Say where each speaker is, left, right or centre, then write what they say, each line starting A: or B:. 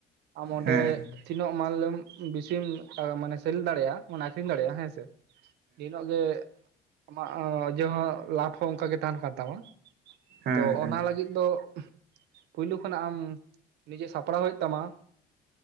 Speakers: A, on the right (about 80°); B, on the right (about 70°).
A: ᱟᱢ ᱚᱸᱰᱮ
B: ᱦᱮᱸ ᱦᱮᱸ ᱦᱮᱸ ᱦᱮᱸ ᱦᱮᱸ ᱦᱮᱸ ᱦᱮᱸ ᱦᱮᱸ ᱦᱮᱸ ᱦᱮᱸ ᱦᱮᱸ ᱦᱮᱸ
A: ᱛᱤᱱᱟᱹᱜ ᱢᱟᱞᱮᱢ ᱼᱼ <inaudible> ᱪᱮᱢ <unintelligible> ᱢᱟᱱᱮ ᱥᱮᱞ ᱫᱟᱲᱮᱭᱟᱜᱼᱟ ᱢᱟᱱᱮ ᱟᱠᱷᱨᱤᱧ ᱫᱟᱲᱮᱭᱟᱜᱼᱟ ᱦᱮᱸ ᱥᱮ ᱤᱱᱟᱹᱜ <unintelligible> ᱜᱮ ᱼᱼ ᱟᱢᱟᱜ ᱚ ᱡᱮᱦᱚᱸ ᱞᱟᱵᱷ ᱦᱚᱸ ᱚᱱᱠᱟ ᱜᱮ ᱛᱟᱦᱮᱱ ᱠᱟᱱ ᱛᱟᱢᱟ᱾
B: ᱦᱮᱸ
A: ᱛᱚ ᱚᱱᱟ ᱞᱟᱹᱜᱤᱫ ᱼᱼ ᱫᱚ ᱯᱩᱭᱞᱩ ᱠᱷᱚᱱᱟᱜ ᱟᱢ ᱱᱤᱡᱮ ᱥᱟᱯᱲᱟᱣ ᱦᱩᱭᱩᱜ ᱛᱟᱢᱟ।